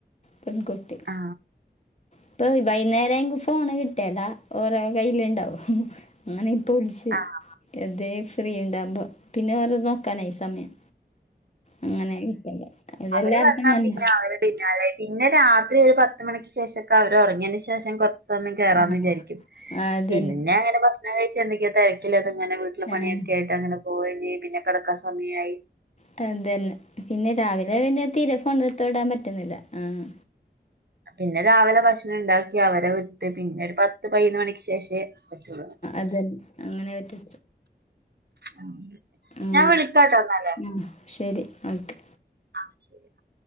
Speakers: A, on the left; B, on the right.
A: പെൺകുട്ടി
B: ആ
A: ഇപ്പൊ ബൈന്നേര ങ്കി ഫോണ് കിട്ടിയേല ഓരെ കയ്യ്ൽ ഇണ്ടാവും അങ്ങനെ <unintelligible>
B: ആ
A: എതേ ഫ്രീ ഇണ്ടാമ്പോ പിന്നെ വേറെ നോക്കാനായി ഈ സമയം അങ്ങനെ കിട്ടില്ല ഇതെല്ലാവർക്കും
B: അവര് വന്നാ
A: അങ്ങനെ
B: പിന്നെ അവര് പിന്നാലെ പിന്നെ രാത്രി ഒരു പത്ത് എട്ട് മണിക്ക് ശേഷോക്കെ അവര് ഒറങ്ങിയന് ശേഷം കൊർച്ച് സമയം കേറാന്ന്
A: ആ
B: വിചാരിക്കും
A: ആ അതന്നെ
B: പിന്നെ അങ്ങനെ കൊർ ഞായറാഴ്ച എന്തൊക്കെ തെരക്കിലാന്ന്ങ്ങനെ വീട്ടില പണിയൊക്കായിട്ട്
A: ആ
B: അങ്ങനെ പോവേ ചെയ്യും പിന്നെ കെടക്ക സമയായി.
A: <unintelligible> പിന്നെ രാവിലെ പിന്നെ തീരെ ഫോണിൽ തൊടാൻ പറ്റുന്നില്ല, ആഹ്
B: പിന്നെ രാവിലെ ഭക്ഷണണ്ടാക്കി അവരെ വിട്ട് പിന്നൊരു പത് <unintelligible> പയ്നൊന്ന് മണിക്ക് ശേഷേ പറ്റൊള്ളൂ.
A: <unintelligible> അങ്ങനേറ്റേ
B: ആ.
A: മ്
B: ഞാൻ വിളിക്കാട്ടോ എന്നാല്
A: മ് ശരി ഓക്കെ.
B: ആഹ് ശരി എന്നാ.